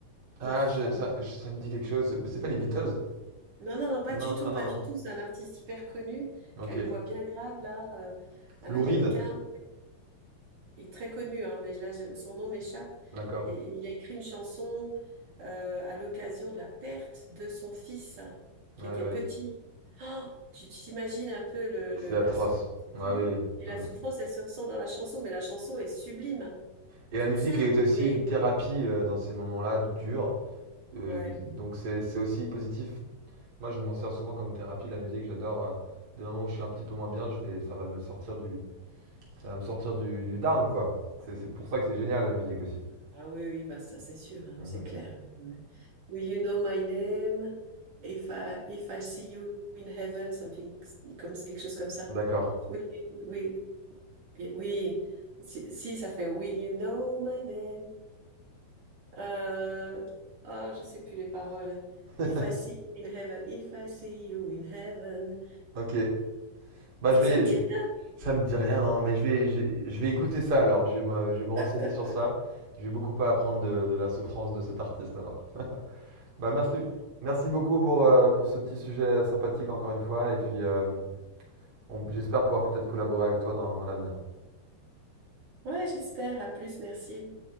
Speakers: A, on the right; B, on the right.
A: Ah,
B: If
A: je-
B: euh,
A: ça, je- ça me dit quelque chose. C'est c'est pas les Beatles?
B: non non non pas
A: Non,
B: du tout
A: ah non,
B: pas du tout. C'est un artiste hyper connu
A: non.
B: qui
A: Ok.
B: a une voix bien grave là, euh, un
A: Lou
B: Américain.
A: Reed.
B: il est très connu, hein, mais là, je- son nom m'échappe.
A: D'accord.
B: Et, et il a écrit une chanson euh, à l'occasion de la perte de son fils, hein, qui
A: Ah
B: était
A: oui, ouais.
B: petit. Oh, tu tu t'imagines un peu le, le-
A: C'est atroce.
B: la souffrance et
A: Bah
B: tout.
A: oui.
B: Et la
A: mm.
B: souffrance, elle se ressent dans la chanson, mais la chanson est sublime, hein.
A: Et
B: Toute
A: la musique
B: simple,
A: est aussi
B: mais
A: une thérapie euh, dans ces moments-là durs. Euh,
B: ouais.
A: donc c'est c'est aussi positif. Moi, je m'en sers souvent comme thérapie, la musique. J'adore. euh, des moments où je suis un petit peu moins bien, je vais, ça va me sortir du Ça va me sortir du, du down, quoi. C'est c'est pour ça que c'est génial la musique aussi.
B: Ah oui, oui, bah ça c'est sûr, hein,
A: Mhm.
B: c'est clair. ouais, ouais. Will you know my name? If I, if I see you in heaven, something comme quelque chose comme ça.
A: D'accord.
B: Oui, oui, Et Oui, si, si, ça fait Will you know my name? Euh, ah, je sais plus les paroles.
A: <laughs>
B: If I see you in heaven, if I see you in heaven.
A: Ok. Bah
B: Ça,
A: je vais,
B: ça te
A: je-
B: dit rien?
A: ça me dit rien, non, mais je vais, je, je vais écouter ça alors. Je vais me, je vais me renseigner
B: <laughs>
A: sur ça. J'ai beaucoup à apprendre de, de la souffrance de cet artiste alors. Bah merci, merci beaucoup pour, euh, pour ce petit sujet sympathique encore une fois. Et puis euh, on- j'espère pouvoir peut-être collaborer avec toi dans, dans l'avenir.
B: Ouais, j'espère. À plus, merci.